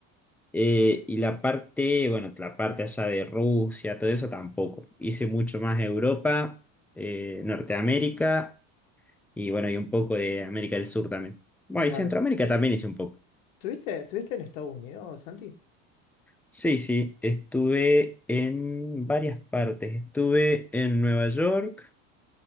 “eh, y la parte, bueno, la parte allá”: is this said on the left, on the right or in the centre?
Centre